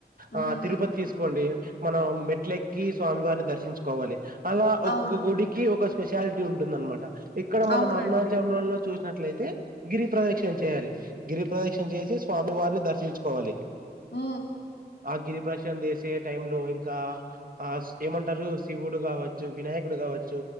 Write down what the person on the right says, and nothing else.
ఆ తిరుపతి తీస్కోండి మనం మెట్లెక్కి స్వామివార్ని దర్శ ఊహించుకోవాలి. అలా ఒక్కొక్క
గుడికి ఒక స్పెషాలిటీ ఉంటుందన్మాట. ఇక్కడ మనం
అరుణాచలల్లో చూసినట్లయితే గిరి ప్రదక్షిణ చేయాలి. గిరి ప్రదక్షిణ చేసి స్వామివారిని దర్శించుకోవాలి.
ఆ గిరి ప్రదక్షణ చేసి టైమ్లో ఇంకా ఆ ఏమంటారు శివుడు కావచ్చు, వినాయకుడు కావచ్చు,